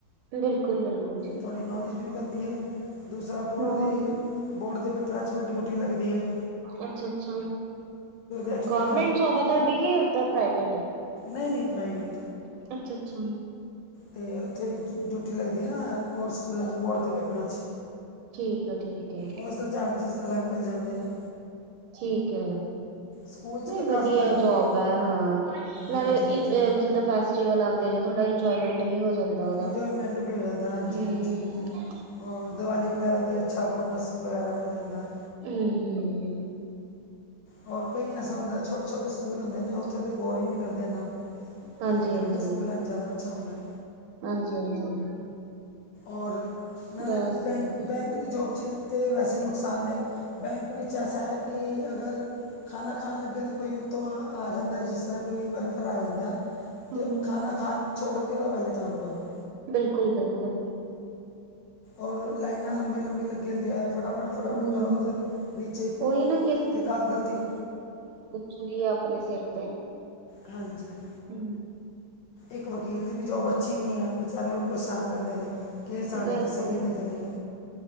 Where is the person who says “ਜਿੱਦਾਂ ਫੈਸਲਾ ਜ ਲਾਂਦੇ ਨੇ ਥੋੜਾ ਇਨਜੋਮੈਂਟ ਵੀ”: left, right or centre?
Right